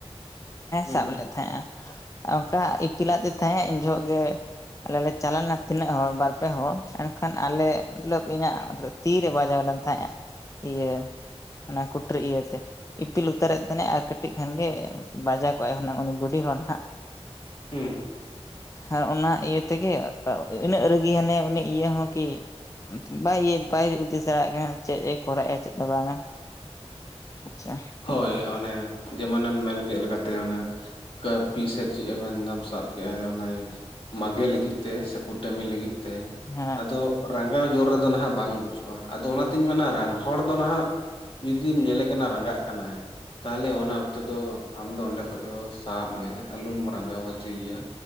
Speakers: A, on the left; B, on the left.
A: ᱦᱩᱸ
B: ᱥᱟᱵ ᱞᱮᱫ ᱛᱟᱦᱮᱸᱜᱼᱟ ᱚᱱᱠᱟ ᱤᱯᱤᱞᱟᱫᱮ ᱛᱟᱦᱮᱸᱜ ᱩᱱ ᱡᱚᱦᱚᱜ ᱜᱮ, ᱟᱞᱮ ᱞᱮ ᱪᱟᱞᱟᱣ ᱞᱮᱱᱟ ᱛᱤᱱᱟᱹᱜ ᱦᱚᱲ ᱵᱟᱨᱯᱮ ᱦᱚᱲ ᱮᱱᱠᱷᱟᱱ ᱟᱞᱮ ᱢᱚᱛᱞᱚᱵ ᱤᱧᱟᱹᱜ ᱛᱤᱨᱮ ᱵᱟᱡᱟᱣ ᱞᱮᱱ ᱛᱟᱦᱮᱸᱼᱟ ᱤᱭᱟᱹ ᱚᱱᱟ ᱠᱩᱴᱨᱟᱹ ᱤᱭᱟᱹᱛᱮ ᱤᱯᱤᱞ ᱩᱛᱟᱹᱨᱮᱫ ᱛᱟᱦᱮᱱᱟᱭ ᱟᱨ ᱠᱟᱹᱴᱤᱡ ᱠᱷᱟᱱᱜᱮ ᱵᱟᱡᱟ ᱩᱱᱤ ᱵᱩᱰᱷᱤ ᱦᱚᱲ ᱱᱟᱜ
A: ᱦᱩᱸ
B: ᱟᱨ ᱚᱱᱟ ᱤᱭᱟᱹᱛᱮ, ᱛᱮᱜᱮ ᱤᱱᱟᱹᱜ ᱨᱟᱹᱜᱤ ᱦᱟᱱᱮ ᱩᱱᱤ ᱤᱭᱟᱹ ᱦᱚᱸ ᱠᱤ, ᱵᱟᱭ ᱵᱟᱭ ᱦᱩᱫᱤᱥ ᱫᱟᱲᱮᱭᱟᱜ ᱠᱟᱱᱟ ᱪᱮᱫᱼ ᱮ ᱠᱚᱨᱟᱣᱮᱫᱼᱟ ᱪᱮᱫ ᱫᱚ ᱵᱟᱝᱟ, ᱟᱪᱪᱷᱟ
A: ᱦᱳᱭ ᱚᱱᱮ ᱡᱮᱢᱚᱱᱮᱢ ᱢᱮᱱ ᱠᱮᱫ ᱞᱮᱠᱟᱛᱮ ᱚᱱᱮ, ᱠᱟᱯᱤ ᱥᱮ ᱪᱮᱫ ᱢᱮᱱ ᱮᱫᱟᱢ ᱥᱟᱵ ᱠᱮᱫᱮᱜᱟᱭ ᱚᱱᱟᱭ, ᱢᱟᱜᱮ ᱞᱟᱹᱜᱤᱫ ᱛᱮ ᱥᱮ ᱠᱩᱴᱟᱹᱢᱤ ᱞᱟᱹᱜᱤᱫ ᱛᱮ, ᱛᱮ
B: ᱦᱮᱸ
A: ᱟᱫᱚ ᱨᱟᱸᱜᱟᱣ ᱡᱳᱨ ᱨᱮᱫᱚ ᱱᱟᱦᱟᱜ ᱵᱟᱝ ᱵᱩᱪᱩᱜᱼᱟ ᱟᱫᱚ ᱚᱱᱟᱛᱤᱧ ᱢᱮᱱᱟ ᱦᱚᱲ ᱫᱚ ᱱᱟᱦᱟᱜ, ᱡᱩᱫᱤᱢ ᱧᱮᱞᱮ ᱠᱟᱱᱟ ᱨᱟᱸᱜᱟᱜ ᱠᱟᱱᱟᱭ, ᱛᱟᱦᱚᱞᱮ ᱚᱱᱟ ᱚᱠᱛᱚ ᱫᱚ ᱟᱢᱫᱚ ᱚᱸᱰᱮ ᱠᱷᱚᱱᱚᱡ ᱫᱚ ᱥᱟᱦᱟᱜ ᱢᱮ ᱟᱞᱚᱢ ᱨᱟᱸᱜᱟᱣ ᱦᱚᱪᱚᱭᱮᱭᱟ